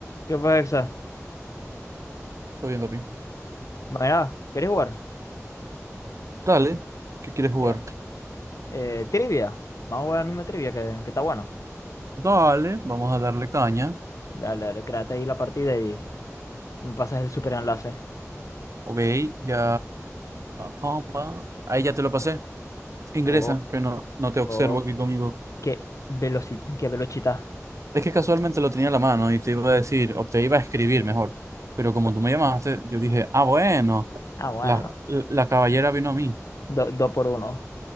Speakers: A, on the left (about 75°); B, on the right (about 65°).
A: ¿Qué pasa? Exa?
B: Todo bien, papi.
A: Mira, ¿querés jugar?
B: Dale, ¿qué quieres jugar?
A: Ya. Eh, trivia. Vamos a jugar la misma trivia que, que está bueno.
B: Dale, vamos a darle caña.
A: Dale, dale, créate ahí la partida y me pasas el super enlace.
B: Ok, ya. pa, pa. Ahí ya te lo pasé. Ingresa,
A: Oh,
B: que no, no te observo
A: oh,
B: aquí conmigo.
A: qué velocidad, qué velocidad.
B: Es que casualmente lo tenía en la mano y te iba a decir, o te iba a escribir mejor. Pero como tú me llamaste, yo dije, ah, bueno,
A: Ah, bueno.
B: la, la, la caballera vino a mí.
A: Do- Dos por uno.